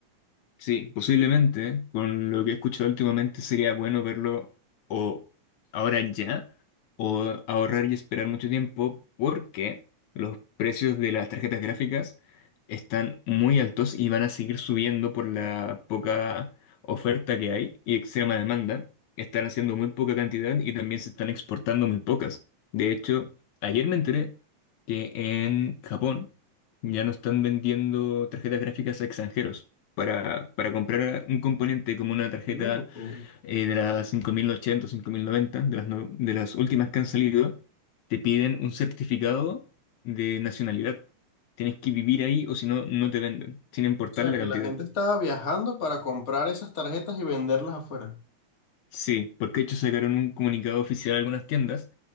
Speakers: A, on the left; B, on the left.
A: Sí, posiblemente, con lo que he escuchado últimamente, sería bueno verlo o ahora ya, o ahorrar y esperar mucho tiempo, porque los precios de las tarjetas gráficas están muy altos y van a seguir subiendo por la poca oferta que hay y extrema demanda. Están haciendo muy poca cantidad y también se están exportando muy pocas. De hecho, ayer me enteré que en Japón ya no están vendiendo tarjetas gráficas a extranjeros para, para comprar un componente como una tarjeta
B: Loco.
A: eh, de las 5080 o cinco mil noventa de las, no- de las últimas que han salido, te piden un certificado de nacionalidad. Tienes que vivir ahí o si no, no te venden, sin importar
B: O sea,
A: la
B: que
A: cantidad.
B: la gente estaba viajando para comprar esas tarjetas y venderlas afuera.
A: Sí, porque de hecho sacaron un comunicado oficial a algunas tiendas